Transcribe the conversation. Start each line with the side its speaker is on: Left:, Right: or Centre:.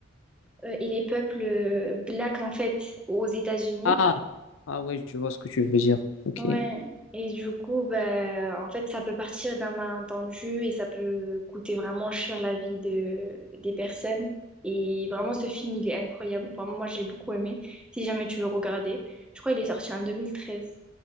Centre: euh, et les peuples euh, blacks en fait aux États-Unis.
Left: Ah, ah oui, je vois ce que tu veux dire. Ok.
Centre: Ouais. Et du coup, bah, en fait, ça peut partir d'un malentendu et ça peut coûter vraiment cher la vie de, des personnes. Et vraiment, ce film, il est incroyable. Vraiment, moi, j'ai beaucoup aimé. Si jamais tu veux regarder, je crois qu'il est sorti en 2013,